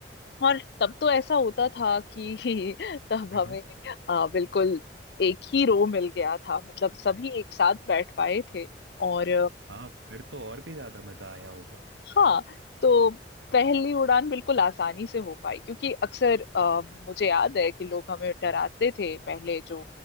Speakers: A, on the left; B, on the right.
A: और तब तो ऐसा होता था कि <laughs> तब
B: हम्म
A: हमें आ, बिल्कुल एक ही रो मिल गया था मतलब सभी एक साथ बैठ पाए थे और
B: हाँ फिर तो और भी ज्यादा मजा आया होगा
A: हाँ तो पहली उड़ान बिल्कुल आसानी से हो पाई क्योंकि अक्सर अ, मुझे याद है कि लोग हमें डराते थे पहले जो